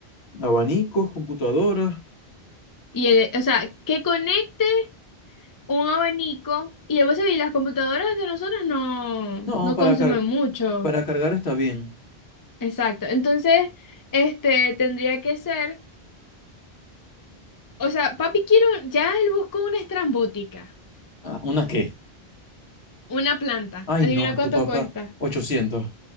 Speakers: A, on the left; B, on the left.
A: Abanicos, computadoras.
B: Y, el- o sea, que conecte un abanico. Y a veces, y las computadoras de nosotros no,
A: No,
B: no
A: para,
B: consumen
A: car-
B: mucho.
A: para cargar está bien.
B: Exacto. Entonces, este, tendría que ser, o sea, papi quiero, ya él buscó una estrambótica,
A: Ah, ¿una qué?
B: una planta.
A: Ay,
B: Adivina
A: no,
B: cuánto
A: tu papá,
B: cuesta.
A: ochocientos